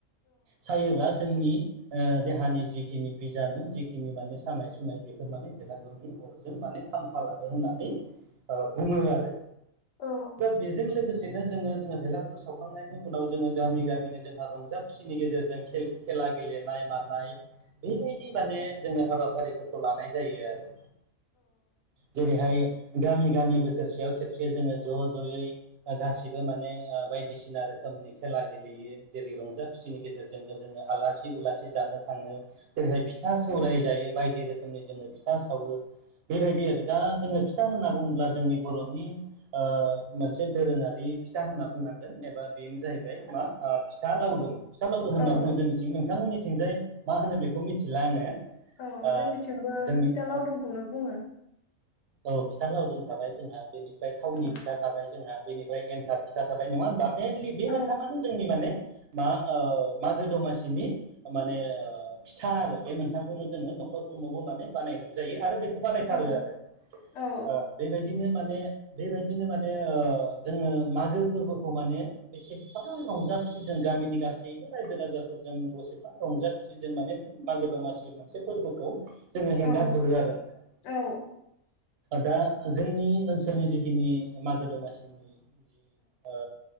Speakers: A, on the right (about 60°); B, on the left (about 65°).
A: सायोबा जोंनि ओ देहानि जिखिनि बिजानु जिखिनि माने सानाय सुनाय बेफोर माने भेलागुरुनि अरजों बा माने खामफालाङो होननानै ओ बुङो आरो।
B: औ
A: दा बेज जों लोगोसेनो जोङो जोङो भेलागुरु सावखांनायनि उनाव जोङो गामि गामिनो जोंहा रंजा खुसिनि गेजेरजों खेल खेला गेलेनाय मानाय बेबायदि माने जोङो हाबाफारिफोरखौ लानाय जायो आरो। जेरैहाय गामि गामि बोसोरसेयाव खेबसे जोङो ज' ज'यै ओ गासिबो माने ओ बायदिसिना रोखोमनि खेला गेलेयो। जेरै रंजा खुसिनि गेजेरजोंनो जोङो आलासि उलासि जानो थाङो। जेरैहाय फिथ था सौराय जायो बायदि रोखोमनि जोङो फिथा सावो बेबायदि आरो। दा जोङो फिथा होनना बुं ब्ला जोंनि बर'नि ओ मोनसे दोरोङारि फिथा होनना बुंनांगोन एबा बेनो जाहैबाय मा आ फिथा लावदुम। फिसा लावदुम होनना
B: औ
A: बुङो जोंनिथिं नोंथांमोननिथिंजाय मा होनो बेखौ मिथिला आङो।
B: औ
A: ओ
B: जोंनिथिंबो
A: जोंनि
B: फिथा लावदुमखौनो
A: ओ
B: बुङो।
A: औ फिथा लावदुम थाबाय जोंहा, बेनिफ्राय थावनि
B: औ
A: फिथा थाबाय जोंहा, बेनिफ्राय एन्थाब फिथा थाबाय। नङा होमबा? मेनलि बे
B: औ
A: मोन्थामानो जोंनि माने मा ओ मागो दमासिनि माने ओ फिथा आरो बे मोनथामखौनो जोङो नखरफ्रोमावबो माने बानायनाय जायो आरो बेखौ बानायथारो
B: औ
A: आरो।
B: औ
A: ओ बेबायदिनो माने बेबायदिनो माने ओ जोङो मागो फोरबोखौ माने बेसेबा रंज रंजा खुसि जों गामिनि गासैबो रायजो राजाफोरजों बेसेबा रंजा खुसि जों माने बे मागो दमासि मोनसे फोरबोखौ जोङो हेंगार
B: औ
A: हरो आरो नोंथां।
B: औ
A: दा जोंनि ओनसोलनि जिखिनि मागो दमासिनि ओ